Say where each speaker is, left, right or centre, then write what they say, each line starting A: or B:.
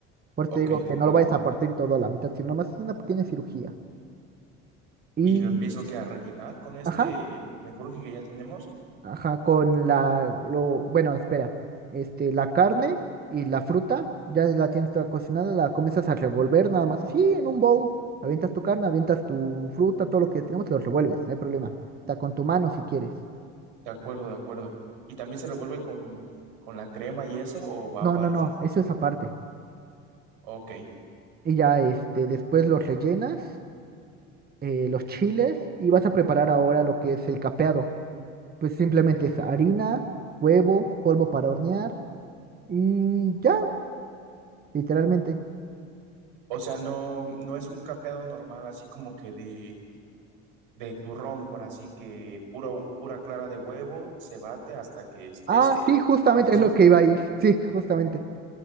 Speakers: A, on the right; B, on the right.
A: Por eso
B: Ok,
A: te digo que
B: de acuerdo.
A: no lo vayas a partir todo a la mitad, sino más es una pequeña cirugía. Y,
B: Y lo empiezo que a rellenar con este
A: ajá,
B: menjurje que ya tenemos.
A: ajá, con la, lo, bueno, espera, este, la carne y la fruta, ya la tienes toda cocinada, la comienzas a revolver nada más así en un bowl. Avientas tu carne, avientas tu fruta, todo lo que tenemos, lo revuelves, no hay problema. Hasta con tu mano si quieres.
B: De acuerdo, de acuerdo. Y también se revuelve con, con la crema y eso, o va
A: No,
B: aparte.
A: no, no, eso es aparte.
B: Ok.
A: Y ya, este, después los rellenas eh, los chiles y vas a preparar ahora lo que es el capeado. Pues simplemente es harina, huevo, polvo para hornear y ya, literalmente.
B: O sea, no, no es un capeado normal, así como que de de turrón, por así que puro, pura clara de huevo se bate hasta que espese,
A: Ah, sí, justamente
B: no es así.
A: es lo que iba a ir. <laughs> Sí, justamente.